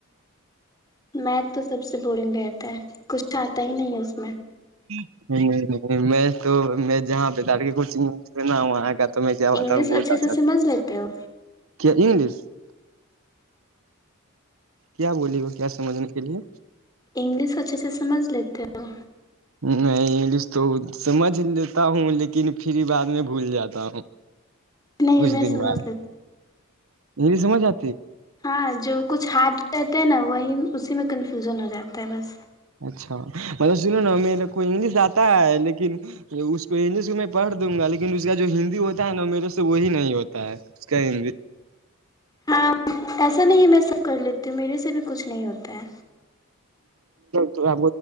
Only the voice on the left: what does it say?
میں تو سب سے بورنگ رہتا ہے کچھ چاہتا ہی نہیں ہے اس میں
انگلش
اچھے سے سمجھ لیتے ہو
انگلش اچھے سے سمجھ لیتے ہو؟
نہیں
میں
سمجھ
لیتا ہوں۔
ہاں جو کچھ ہاتھ۔۔ کہتے ہیں نا اسی میں کنفیوزن ہو جاتا ہے بس۔
ہاں ایسا نہیں ہے میں سب کر لیتی ہوں۔ میرے سے بھی کچھ نہیں ہوتا ہے۔